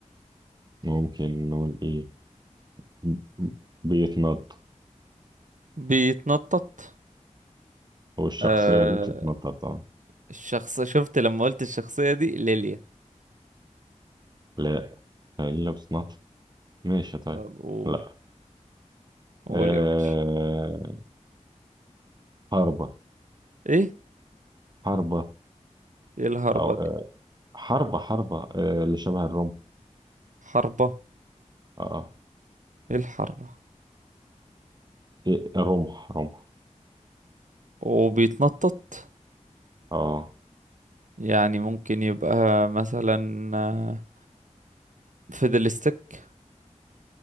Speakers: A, on the right (about 35°); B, on the right (about 75°).
A: ممكن نقول ايه م- م- بيتنط
B: بيتنطط
A: هو الشخصية
B: آه
A: دي بتتنطط طبعا
B: الشخص شفت لما قلت الشخصية دي ليليا
A: لا الا بتتنطط ماشي طيب
B: طب قول
A: لا
B: قول
A: آه
B: يا باشا
A: حربة
B: ايه
A: حربة
B: ايه الهربة
A: او
B: دي
A: آه حربة حربة آه اللي شبه الرمح
B: حربة
A: اه
B: ايه الحربة
A: إيه رمح رمح
B: وبيتنطط
A: اه
B: يعني ممكن يبقى مثلا آه، فيدلستيك